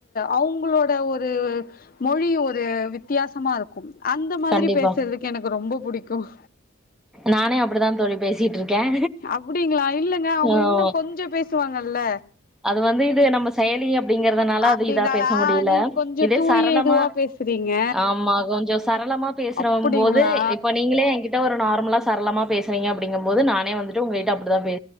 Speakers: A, on the left; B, in the centre.
A: அவங்களோட ஒரு மொழி ஒரு வித்தியாசமா இருக்கும் அந்த மாதிரி
B: கண்டிப்பா
A: பேசுறதுக்கு எனக்கு ரொம்ப புடிக் கும்
B: நானே அப்படித்தான் தோழி பேசிட் ருக்கேன்
A: அப்டிங்களா இல்லங்க அவங்க
B: ஆமா
A: இன்னு கொஞ்சோ பேசுவாங்கல்ல
B: அது வந்து இது நம்ம செயலி அப்படிங்கிறதுனால
A: அப்டின்னாலா
B: அது இதா பேச முடியல
A: நீங்க கொஞ்சோ
B: இதே
A: தூய
B: சரளமா
A: இதுவா பேசுறீங்க
B: ஆமா கொஞ்சம் சரளமா பேசற
A: அப்டிங்களா
B: போது இப்ப நீங்களே எங்கிட்ட ஒரு நார்மலா சரளமா பேசுவீங்க அப்படிங்கும் போது நானே வந்துட்டு உங்ககிட்ட அப்படிதான் பே